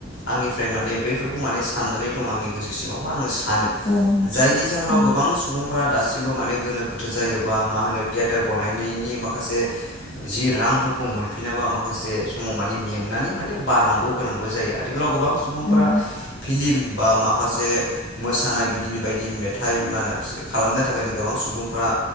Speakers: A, on the left; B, on the left.
A: आंनिफ्राय माने बैफोरखौ माने साननानै दं आंनि गोसो सिङावबा आङो सानो।
B: औ नोंथां
A: जायनि जाहोनाव
B: उम
A: गोबां सुबुंफोरा दासिमबो माने गोनो गोथो जायोबा मा होनो थियेटार बानायनायनि माखासे जि रांफोर मोनफिनाबा माखासे समाव मानि मेंनानै माने बानांगौ गोनांगौ जायो। आथिखालाव गोबां सुबुंफोरा
B: उम
A: फिलिम बा माखासे मोसानाय बिदिनो बायदि मेथाइ मा खालामनो थाखायनो गोबां सुबुंफोरा